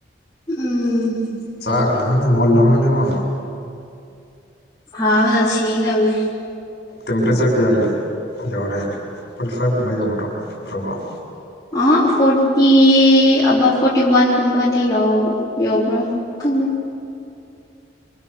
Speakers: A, on the left (about 20°); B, on the left (about 60°).
A: ꯎꯝ
B: ꯆꯥꯛꯈ꯭ꯔꯕꯅꯦ ꯃꯣꯜꯂꯝꯃꯅꯦꯕꯣ
A: ꯍꯥ ꯑꯁ ꯍ ꯇꯧꯒꯦ
B: ꯇꯦꯝꯄꯔꯦꯆꯔ ꯀꯌꯥ ꯌꯧꯔꯦ ꯐꯣꯔꯇꯤ ꯐꯥꯏꯚ ꯀꯨꯝꯕ ꯌꯧꯒꯗ꯭ꯔꯣ ꯄ꯭ꯔꯣꯕꯝ
A: ꯑ ꯐꯣꯔꯇꯤ ꯑꯕꯞ ꯐꯣꯔꯇꯤ ꯋꯥꯟꯒꯨꯝꯕꯗꯤ ꯌꯥ ꯌꯥꯎꯕ꯭ꯔꯥꯪ ꯈꯪ